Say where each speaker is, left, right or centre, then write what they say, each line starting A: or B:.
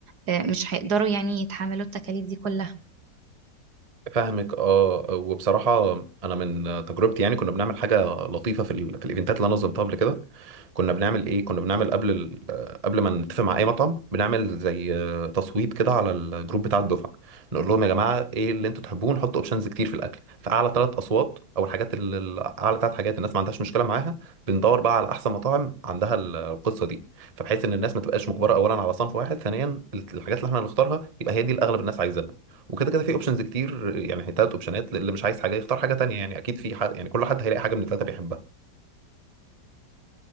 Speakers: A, on the right; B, on the right.
A: آه، مش هيقدروا يعني يتحملوا التكاليف دي كلها
B: فاهمك اه وبصراحه انا من تجربتي يعني كنا بنعمل حاجه لطيفه في ال- في الايفنتات اللي انا نظمتها قبل كده كنا بنعمل ايه كنا بنعمل قبل ال... قبل ما نتفق مع اي مطعم بنعمل زي آه، تصويت كده على الجروب بتاع الدفعه نقول لهم يا جماعه ايه اللي انتوا تحبوه نحط اوبشنز كتير في الاكل فاعلى ثلاث اصوات او الحاجات اللي اللي اعلى ثلاث حاجات الناس ما عندهاش مشكله معاها بندور بقى على احسن مطاعم عندها ال- القصه دي فبحيث ان الناس ما تبقاش مجبره اولا على صنف واحد ثانيا الحاجات اللي احنا هنختارها يبقى هي دي اللي اغلب الناس عايزينها وكده كده في اوبشنز كتير يعني هي ثلاث اوبشنات اللي مش عايز حاجه يختار حاجه تانية يعني اكيد في حد يعني كل حد هيلاقي حاجه من الثلاثه بيحبها